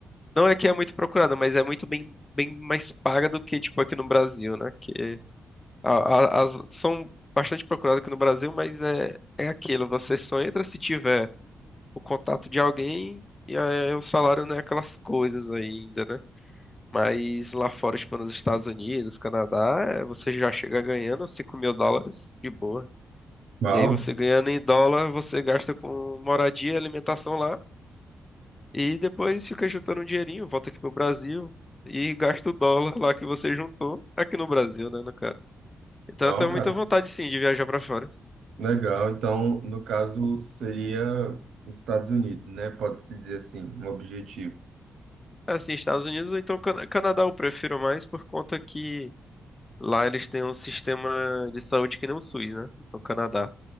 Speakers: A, on the left; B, on the right.
A: Não é que é muito procurada, mas é muito bem, bem mais paga do que, tipo, aqui no Brasil, né? Que a- a- as são bastante procuradas aqui no Brasil, mas é, é aquilo. Você só entra se tiver o contato de alguém e aí o salário não é aquelas coisas ainda, né? Mas lá fora, tipo, nos Estados Unidos, Canadá, é, você já chega ganhando cinco mil dólares de boa.
B: Uau,
A: E aí você ganhando em dólar, você gasta com moradia, alimentação lá, e depois fica juntando um dinheirinho, volta aqui pro Brasil e gasta o dólar lá que você juntou, aqui no Brasil, né, no caso. Então
B: uau,
A: eu tenho
B: cara.
A: muita vontade sim de viajar pra fora.
B: Legal. Então, no caso, seria os Estados Unidos, né? Pode-se dizer assim, um objetivo.
A: Assim, Estados Unidos ou então Cana- Canadá eu prefiro mais por conta que lá eles têm um sistema de saúde que nem o SUS, né, no Canadá.